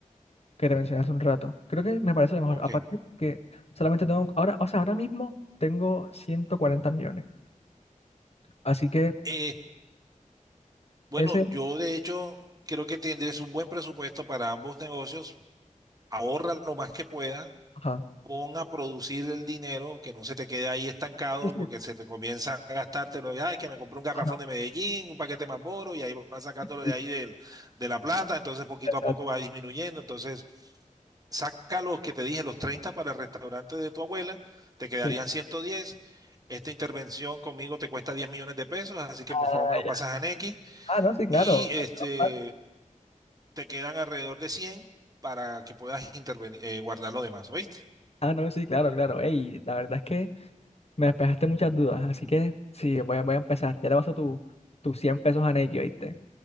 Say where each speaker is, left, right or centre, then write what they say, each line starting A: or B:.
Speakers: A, on the left (about 50°); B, on the right (about 25°).
A: que te mencioné hace un rato. Creo que me parece lo mejor.
B: Ok.
A: Aparte que solamente tengo, ahora, o sea, ahora mismo tengo 140 millones. Así que
B: Eh, bueno,
A: ese,
B: yo de hecho creo que tendrías un buen presupuesto para ambos negocios. Ahorra lo más que pueda.
A: ajá.
B: Pon a producir el dinero, que no se te quede ahí estancado
A: Sí, sí,
B: porque se te comienza a gastártelo. y, Ay, que me compré un garrafón
A: ajá.
B: de Medellín, un paquete más boro y ahí vas sacándolo
A: Sí,
B: de
A: sí,
B: ahí del- de la plata. Entonces poquito
A: Exacto.
B: a poco va disminuyendo. Entonces saca los que te dije, los 30 para el restaurante de tu abuela, te quedarían
A: Sí.
B: ciento diez Esta intervención conmigo te cuesta 10 millones de pesos, así que
A: Ah,
B: por favor me los
A: ya.
B: pasas a Nequi
A: Ah, no, sí, claro.
B: y este,
A: Ahí no pasa.
B: te quedan alrededor de 100 para que puedas intervenir, eh, guardar lo demás, ¿oíste?
A: Ah, no, sí, claro, claro. Ey, la verdad es que me despejaste muchas dudas, así que sí, voy a, voy a empezar. Ya te paso tu, tus 100 pesos a Nequi, ¿oíste?